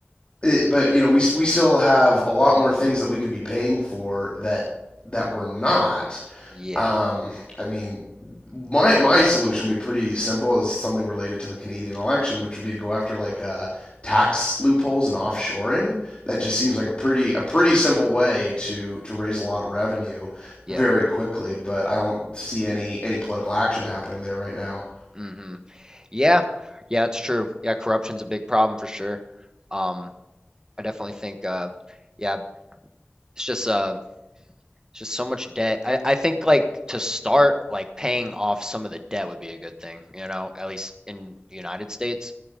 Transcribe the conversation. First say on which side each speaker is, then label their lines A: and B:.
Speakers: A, on the left (about 25°); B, on the right (about 15°).
A: it, but you know, we we still have a lot more things that we could be paying for that that we're not.
B: Yeah.
A: Um, I mean, my my solution would be pretty simple, is something related to the Canadian election, which would be to go after like uh, tax loopholes and offshoring. That just seems like a pretty a pretty simple way to to raise a lot of revenue
B: Yeah.
A: very quickly. But I don't see any any political action happening there right now.
B: hmm Yeah, yeah, it's true. Yeah, corruption's a big problem for sure. Um, I definitely think, uh, yeah, it's just, uh, it's just so much debt. I, I think like to start, like paying off some of the debt would be a good thing, you know, at least in the United States.